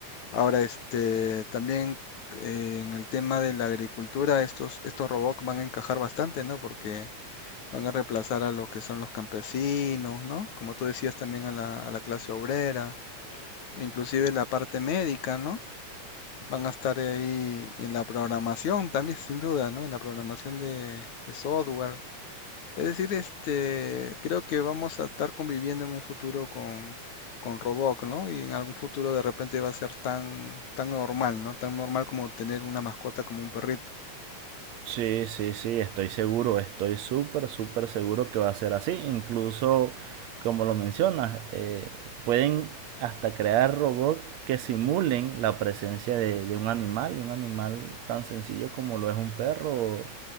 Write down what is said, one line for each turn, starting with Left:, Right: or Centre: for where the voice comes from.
Left: Ahora, este, también eh, en el tema de la agricultura, estos, estos robots van a encajar bastante, ¿no? Porque Van a reemplazar a los que son los campesinos, ¿no? Como tú decías también a la, a la clase obrera, inclusive la parte médica, ¿no? Van a estar ahí en la programación también, sin duda, ¿no? En la programación de, de software. Es decir, este, creo que vamos a estar conviviendo en un futuro con, con robots, ¿no? Y en algún futuro de repente va a ser tan, tan normal, ¿no? Tan normal como tener una mascota como un perrito.
Right: Sí, sí, sí, estoy seguro, estoy súper, súper seguro que va a ser así. Incluso, como lo mencionas, eh, pueden hasta crear robots que simulen la presencia de, de un animal, y un animal tan sencillo como lo es un perro o,